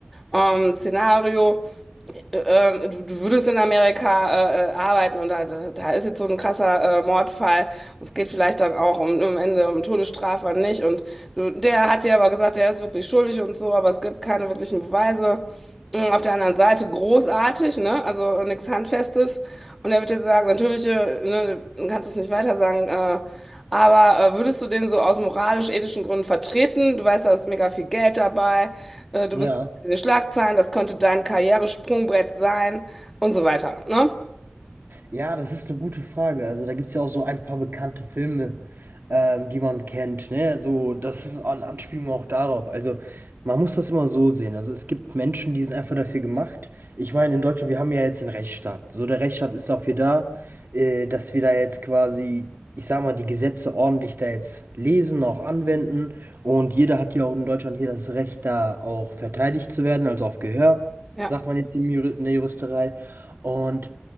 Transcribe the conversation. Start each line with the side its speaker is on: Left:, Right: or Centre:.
Centre: ähm, Szenario äh, äh, du, du würdest in Amerika äh, äh, arbeiten und da, da, da ist jetzt so ein krasser äh, Mordfall. Und es geht vielleicht dann auch um, am Ende um Todesstrafe und nicht. Und du, der hat dir aber gesagt, der ist wirklich schuldig und so, aber es gibt keine wirklichen Beweise. Und auf der anderen Seite großartig, ne? Also nichts Handfestes. Und er wird dir sagen, natürlich, äh, ne, du kannst es nicht weiter sagen, äh, aber äh, würdest du den so aus moralisch-ethischen Gründen vertreten? Du weißt, da ist mega viel Geld dabei. Äh, Du
Right: Ja.
Centre: bist in den Schlagzeilen, das könnte dein Karrieresprungbrett sein und so weiter. Ne?
Right: Ja, das ist eine gute Frage. Also da gibt es ja auch so ein paar bekannte Filme, ähm, die man kennt. Ne? Also das ist eine Anspielung auch darauf. Also man muss das immer so sehen. Also es gibt Menschen, die sind einfach dafür gemacht. Ich meine, in Deutschland, wir haben ja jetzt den Rechtsstaat. So, der Rechtsstaat ist dafür da, äh, dass wir da jetzt quasi, ich sag mal, die Gesetze ordentlich da jetzt lesen, auch anwenden. Und jeder hat ja auch in Deutschland hier das Recht, da auch verteidigt zu werden, also auf Gehör,
Centre: Ja.
Right: sagt man jetzt im Juri- in der Juristerei. Und